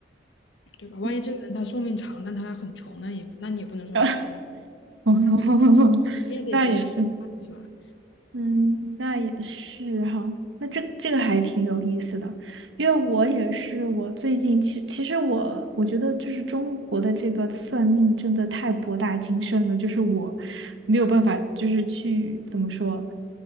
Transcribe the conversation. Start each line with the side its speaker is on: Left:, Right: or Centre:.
Left: 对吧？万一这个人他寿命长，
Right: 嗯，
Left: 但他很穷，那也那你也不能说他好，
Right: <laughs> 哦 <laughs>
Left: 你也得结合
Right: 那也是。
Left: 是吧？
Right: 嗯，那也是哈，那这这个还挺有意思的，因为我也是，我最近其其实我我觉得就是中国的这个算命真的太博大精深了，就是我没有办法，就是去怎么说，